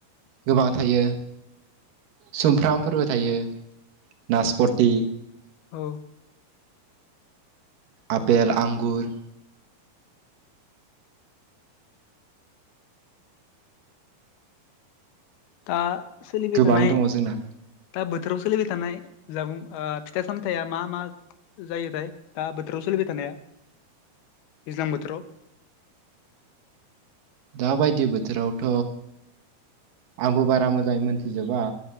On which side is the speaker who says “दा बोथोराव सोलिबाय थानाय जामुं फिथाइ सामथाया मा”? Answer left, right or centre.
Left